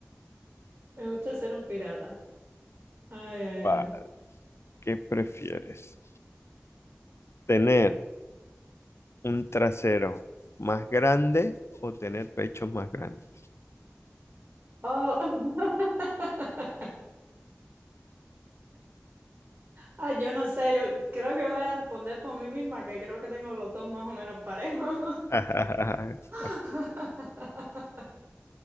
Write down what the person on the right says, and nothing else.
Me gusta ser un pirata. Ay, ay,
ay.
Oh. <laughs> Ay, yo no sé, yo creo que voy a responder por mí misma, que creo que tengo los dos más o menos parejos.
<laughs>